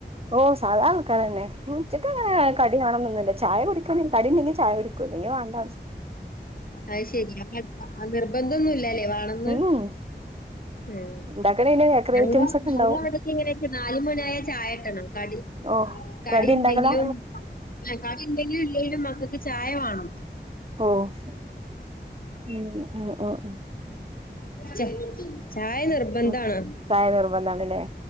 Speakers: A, on the right (about 35°); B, on the left (about 50°).
A: ഓഹ് സാധാ ആൾക്കാരന്നെ ഉച്ചക്കങ്ങനെ കടി വേണന്നൊന്നുല്ല ചായ കുടിക്കണം കടിണ്ടെങ്കിൽ ചായ കുടിക്കൂ ഇല്ലെങ്കി വാണ്ട
B: അയ്ശെരി അപ്പോ ആഹ് നിർബന്ധന്നും ഇല്ലല്ലേ വാണന്ന്
A: ഉം
B: ഏഹ്
A: ഇണ്ടാക്കണേല് ബേക്കറി
B: ഞങ്ങ
A: ഐറ്റംസ് ഒക്കെ
B: ഞങ്ങളവടക്കെങ്ങനെച്ചാ
A: ഇണ്ടാവും
B: നാലുമണിയായ ചായട്ടണം കടി
A: ഓഹ്
B: കടി ഇണ്ടെങ്കിലും
A: ഇണ്ടാക്കലാ
B: ആഹ് കടിണ്ടെങ്കിലും ഇല്ലേലും മക്കക്ക് ചായ വാണം
A: ഓഹ് ഉം ആഹ് ഓഹ് ഉം
B: ച ചായ നിർ ബന്ധാണ്
A: ഉം ചായ നിർബന്ധാണ്ല്ലേ